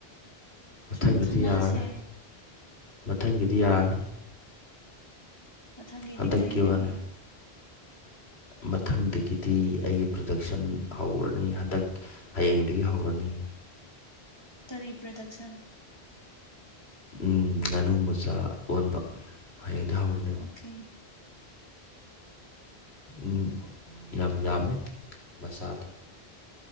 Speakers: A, on the left; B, on the left.
A: ꯃꯊꯪꯒꯤꯗꯤ
B: ꯁꯨꯝ ꯈꯟꯅꯁꯦ
A: ꯌꯥꯔꯅꯤ ꯃꯊꯪꯒꯤꯗꯤ ꯌꯥꯔꯅꯤ꯫
B: ꯃꯊꯪꯒꯤꯗꯤ
A: ꯍꯟꯗꯛꯀꯤ
B: ꯀꯩꯗꯒꯤ꯫
A: ꯋꯥꯅꯤ ꯃꯊꯪꯗꯒꯤꯗꯤ ꯑꯩꯒꯤ ꯄ꯭ꯔꯗꯛꯁꯟ ꯍꯧꯔꯅꯤ ꯍꯟꯗꯛ꯫ ꯍꯌꯦꯡꯗꯒꯤ ꯍꯧꯔꯅꯤ꯫
B: ꯀꯔꯤ ꯄ꯭ꯔꯗꯛꯁꯟ꯫
A: ꯎꯝ ꯉꯥꯅꯨ ꯃꯆꯥ ꯑꯣꯟꯕ ꯍꯌꯦꯡꯗꯤ ꯍꯧꯔꯅꯦ꯫
B: ꯑꯣꯀꯦ꯫
A: ꯎꯝ ꯌꯥꯝ ꯌꯥꯝꯃꯦ ꯃꯁꯥꯗ꯫